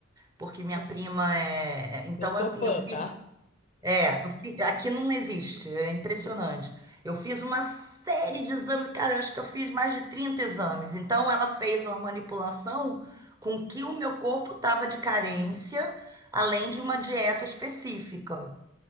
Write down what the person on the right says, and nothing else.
porque minha
prima é. é, Então,
assim,
eu fiz.
É, eu fiz... aqui não existe, é impressionante. Eu fiz uma série de exames, cara, eu acho que eu fiz mais de 30 exames. Então, ela fez uma manipulação com que o meu corpo estava de carência, além de uma dieta específica.